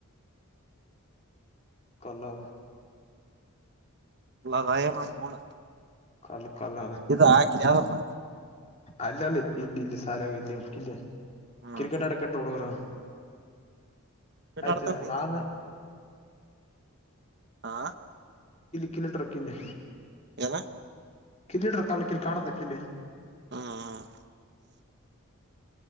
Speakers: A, on the left; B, on the right.
A: ಕಲರ್
B: ಇಲ್ಲದಾಯ ಮಾಡ ನೋಡ
A: ಕಲ್ ಕಲ್
B: ಇದು ಹಾಕಿದ ಯಾವಮ್ಮ
A: ಅಲ್ಲ ಅಲ್ಲ ಇಲ್ಲ ಇಲ್ಲಿ ಸಾಲ ಇಲ್ಲ ಇಲ್ಲ
B: ಹ್ಮ್
A: ಕ್ರಿಕೆಟ್
B: ಹ್ಮ್
A: ಅಡಕಟ್ಟ ಹಡುಗರ ಆಯ್ತ
B: ಆಡ್ತ
A: ನಾಾನು
B: ಇದ್ದೆ ಹಾ
A: ಕಲಟರ್ಕ್ಕನ್ನ
B: ಲ್ಲ
A: ಕಿಲೀಟರ ಕಾಲ ಕಿಲ್ ಕಾಣದ ಕಿಲೆ
B: ಹ್ಮ ಹ್ಮ